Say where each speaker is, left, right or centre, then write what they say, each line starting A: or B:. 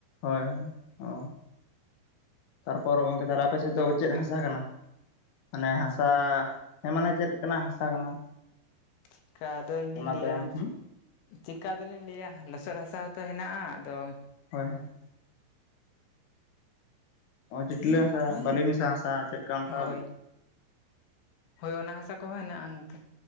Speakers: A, on the left; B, on the left.
A: ᱦᱳᱭ ᱚ ᱛᱟᱨᱯᱚᱨ ᱜᱚᱢᱠᱮ ᱛᱟᱞᱦᱮ ᱟᱯᱮ ᱥᱮᱫ ᱫᱚ ᱪᱮᱫ ᱦᱟᱥᱟ ᱠᱟᱱᱟ? ᱢᱟᱱᱮ ᱦᱟᱥᱟ ᱦᱮᱸ ᱢᱟᱱᱮ ᱪᱮᱫ ᱞᱮᱠᱟᱱᱼᱟᱜ ᱦᱟᱥᱟ ᱠᱟᱱᱟ᱾
B: ᱪᱮᱜᱠᱟ ᱟᱫᱚ ᱤᱧ
A: ᱚᱱᱟ
B: ᱫᱩᱧ ᱞᱟᱹᱭ
A: ᱛᱟᱭᱚᱢ
B: ᱟ
A: ᱦᱩᱸ
B: ᱪᱤᱠᱜᱟ ᱟᱫᱚ ᱞᱤᱧ ᱞᱟᱹᱭ ᱟ ᱞᱚᱥᱚᱫ ᱦᱟᱥᱟ ᱦᱚᱸᱛᱚ ᱦᱮᱱᱟᱜᱼᱟ ᱟᱫᱚ
A: ᱦᱳᱭ ᱦᱮᱸ ᱪᱤᱴᱞᱟᱹ ᱦᱟᱥᱟ ᱵᱟᱹᱞᱤ ᱢᱮᱥᱟ ᱦᱟᱥᱟ ᱪᱮᱫ ᱞᱮᱠᱟ ᱚᱱᱠᱟ
B: ᱦᱳᱭ ᱦᱳᱭ ᱚᱱᱟ ᱦᱟᱥᱟ ᱠᱚᱦᱚᱸ ᱦᱮᱱᱟᱜᱼᱟ ᱱᱚᱛᱮ